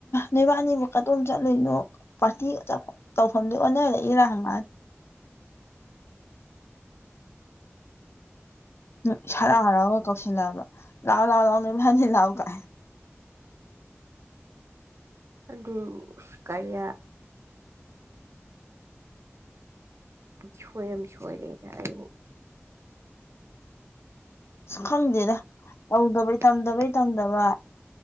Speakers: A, on the left (about 60°); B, on the right (about 70°).
A: ꯅꯕꯥꯅꯤꯕꯨ ꯀꯗꯣꯝ ꯆꯠꯂꯨꯏꯅꯣ ꯄꯥꯔꯇꯤ ꯇꯧꯐꯝꯗꯤ ꯑꯣꯟꯅꯔꯛ ꯏꯔꯪꯉꯅꯤ
B: <inaudible>
A: ꯎ ꯁꯔ ꯑꯔꯥꯎꯒ ꯀꯧꯁꯟ ꯂꯕ ꯂꯑꯣ ꯂꯥꯎꯑꯣ ꯂꯑꯣꯅꯦ ꯍꯥꯏꯅꯤ ꯂꯑꯣ ꯀꯥꯏ
B: <inaudible> ꯑꯗꯨ ꯀꯌꯥ ꯁ꯭ꯋꯨꯝ ꯁꯣꯏꯔꯦ ꯌꯥ ꯍꯥꯏꯅꯤ
A: ꯁꯨ ꯈꯪꯗꯦꯗ ꯇꯧꯗꯕꯩ
B: ꯇꯟꯕꯗꯩ
A: ꯇꯝꯗꯕꯩ ꯇꯝꯗꯕ